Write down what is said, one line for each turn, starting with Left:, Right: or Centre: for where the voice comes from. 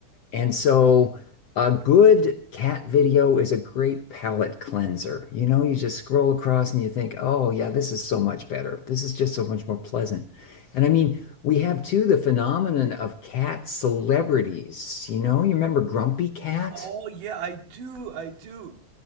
Left: And so a good cat video is a great palate cleanser. You know, you just scroll across and you think, oh, yeah, this is so much better. This is just so much more pleasant. And I mean, We have too the phenomenon of cat celebrities. You know, you remember Grumpy Cat?
Right: Oh yeah, I do, I do.